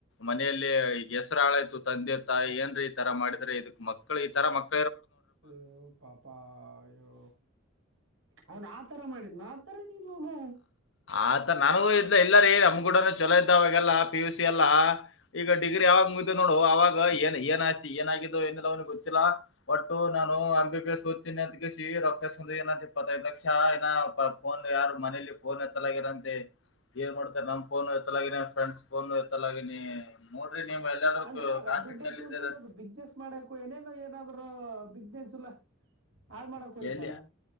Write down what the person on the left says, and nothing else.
ಮನೆಯಲ್ಲಿ ಹೆಸ್ರ ಹಾಳಾಯ್ತು ತಂದೆ ತಾಯಿ ಏನ್ರಿ ಈ ತರ ಮಾಡಿದ್ರೆ ಇದಕ್ ಮಕ್ಳು ಈ ತರ ಮಕ್
ಆತ ನನಗೂ ಇ ಇ ಇಲ್ಲರಿ ನಮ್ಗೂಡನ ಚಲೋ ಇದ್ದ ಅವಾಗೆಲ್ಲ ಪಿ ಯು ಸಿ ಎಲ್ಲ ಈಗ ಡಿಗ್ರಿ ಯಾವಾಗ ಮುಗಿದಿದೆ ನೋಡು ಅವಾಗ ಏನ್ ಏನ್ ಆಯ್ತಿ ಏನಾಗೆದೋ ಏನಿಲ್ಲ ಅವನಿಗೆ ಗೊತ್ತಿಲ್ಲ ಒಟ್ಟು ನಾನು ಎಂಬಿ ಬಿ ಎಸ್ ಓದತ್ತೇನೆ ಅಂತ ಅಂದು ಕೇಸಿ ರೊಕ್ಕ ಇಸ್ಕೊಂಡಿದ್ರೆ ಏನ ಆಗ್ತಿತ್ತು ಇಪ್ಪತ್ತೈದು ಲಕ್ಷ ಇನಾ ಫೋನ್ ಯಾರು ಮನೇಲಿ ಫೋನ್ ಏತ್ತಲ್ಲ ಆಗೇದ ಅಂತೆ ಏನ್ ಮಾಡ್ತಾರೆ ನಮ್ಮ ಫೋನು ಎತ್ತಲಾಗಿನ ಫ್ರೆಂಡ್ಸ್ ಫೋನು ಎತ್ತಲಾಗಿನಿ ನೀವು ಎಲ್ಲಾದ್ರೂ
ಕಾಂಟ್ಯಾಕ್ಟ್
ನಲ್ಲಿ ಇದ್ದೀರ
ಎಲ್ಲಿ